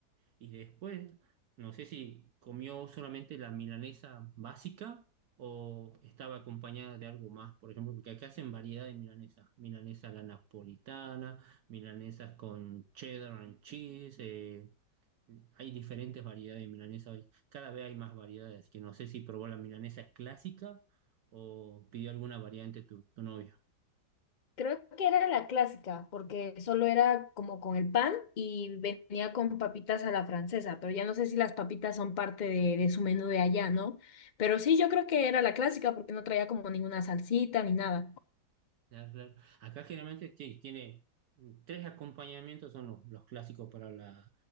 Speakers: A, on the right; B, on the left.
A: Y después, no sé si comió solamente la milanesa básica o estaba acompañada de algo más, por ejemplo, porque acá hacen variedad de milanesas. Milanesa a la napolitana, milanesas con cheddar and cheese. eh, hay diferentes variedades de milanesa hoy. Cada vez hay más variedades, que no sé si probó la milanesa clásica o pidió alguna variante tu, tu novia.
B: Creo que era la clásica, porque solo era como con el pan y venía con papitas a la francesa, pero ya no sé si las papitas son parte de, de su menú de allá, ¿no? Pero sí, yo creo que era la clásica porque no traía como ninguna salsita ni nada.
A: Claro, claro. Acá generalmente sí, tiene mm, tres acompañamientos, son los, los clásicos para la,